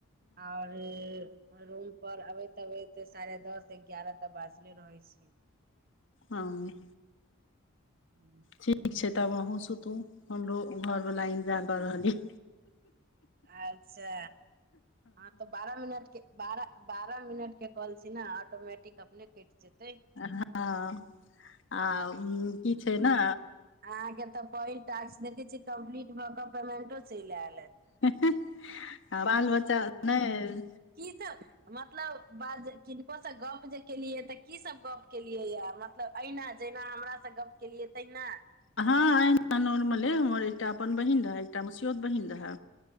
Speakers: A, on the right; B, on the left.
A: आऔर रूम पर अबैत अबैत सारेह दस एगारह तक बाजले रहै छै
B: हँ
A: <unintelligible>
B: ठीक छै तब अहूँ सुतू हमरो घरवाला इंतजार क रहल यै
A: अच्छा हँ तऽ बारह मिनटके बारह बारह मिनट के कोल छै ने ऑटोमेटिक अपने कैट जेतै
B: हँ आ म की छै न
A: अहां के तऽ पहिल टास्क देखे छी कम्प्लीट भ क पेमेंटो चईल ऐल
B: हेंहें आ बाल बच्चा नई
A: ईत हमर मतलब बाज किनको से गप जे केलियै तऽ की सब गप केलियै या मतलब एहिना जहिना हमरा स गप्प केलियै तहिना
B: हँ एहिना नॉर्मले हमर एकटा अपन बहिन रहै एकटा मसियौत बहिन रहै